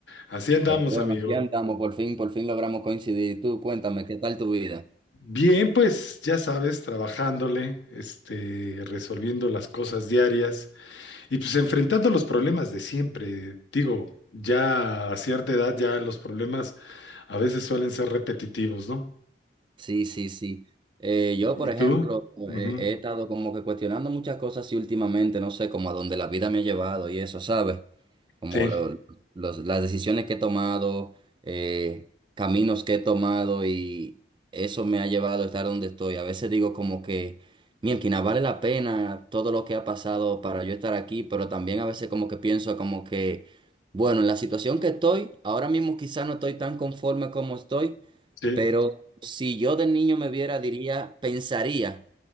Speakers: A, on the left; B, on the right.
A: Así andamos,
B: pero bueno,
A: amigo.
B: aquí andamos, por fin, por fin logramos coincidir. Tú, cuéntame, ¿qué tal tu vida?
A: Bien, pues ya sabes, trabajándole, este, resolviendo las cosas diarias. Y pues enfrentando los problemas de siempre, digo, ya a cierta edad ya los problemas a veces suelen ser repetitivos, ¿no?
B: Sí, sí, sí. Eh, yo,
A: ¿Y
B: por ejemplo,
A: tú? Ujú.
B: eh, he estado como que cuestionando muchas cosas y últimamente, no sé, como a dónde la vida me ha llevado y eso, ¿sabes? Como
A: Sí,
B: lo- los- las decisiones que he tomado, eh, caminos que he tomado y eso me ha llevado a estar donde estoy. A veces digo como que, mielquina, vale la pena todo lo que ha pasado para yo estar aquí, pero también a veces como que pienso como que, bueno, en la situación que estoy, ahora mismo quizá no estoy tan conforme como estoy
A: sí,
B: pero si yo de niño me viera, diría, pensaría,